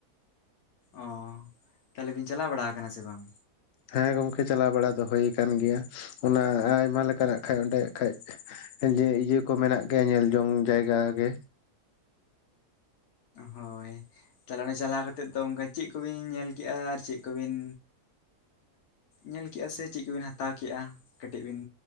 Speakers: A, on the left (about 80°); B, on the left (about 65°).
A: ᱚ ᱛᱟᱦᱚᱞᱮ ᱵᱤᱱ ᱪᱟᱞᱟᱣ ᱵᱟᱲᱟ ᱟᱠᱟᱱᱟ ᱥᱮ ᱵᱟᱝ
B: ᱦᱮᱸ ᱜᱚᱝᱠᱮ ᱪᱟᱞᱟᱣ ᱵᱟᱲᱟ ᱫᱚ ᱦᱩᱭ ᱟᱠᱟᱱ ᱜᱮᱭᱟ ᱚᱱᱟ ᱟᱭᱢᱟ ᱞᱮᱠᱟᱱᱟᱜ ᱠᱷᱟᱱ ᱚᱸᱰᱮ ᱠᱷᱟᱱ ᱦᱮ ᱤᱭᱟᱹ ᱠᱚ ᱢᱮᱱᱟᱜ ᱜᱮᱭᱟ ᱧᱮᱞ ᱡᱚᱝ ᱡᱟᱭᱜᱟ ᱜᱮ
A: ᱦᱳᱭ ᱛᱟᱦᱞᱮ ᱚᱱᱰᱮ ᱪᱟᱞᱟᱣ ᱠᱟᱛᱮᱫ ᱫᱚ ᱚᱱᱠᱟ ᱪᱮᱫ ᱠᱚᱵᱤᱱ ᱧᱮᱞ ᱠᱮᱜ-ᱟ ᱟᱨ ᱪᱮᱫ ᱠᱚᱵᱤᱱ ᱧᱮᱞ ᱠᱮᱜ-ᱟ ᱥᱮ ᱪᱮᱫ ᱠᱚᱵᱤᱱ ᱦᱟᱛᱟᱣ ᱠᱮᱫᱮᱜ-ᱟ ᱠᱟᱹᱴᱤᱡ ᱵᱤᱱ